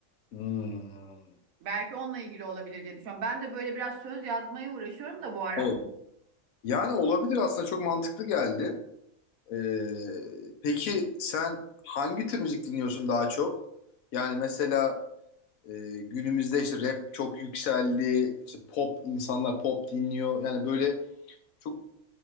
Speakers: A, on the left; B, on the right.
A: Hmm.
B: Belki onunla ilgili olabilir diye düşünüyorum. Ben de böyle biraz söz yazmaya uğraşıyorum da bu ara.
A: Evet. Yani olabilir aslında çok mantıklı geldi. Ee, peki sen hangi tür müzik dinliyorsun daha çok? Yani mesela e, günümüzde işte rap çok yükseldi. İşte pop insanlar pop dinliyor. Yani böyle çok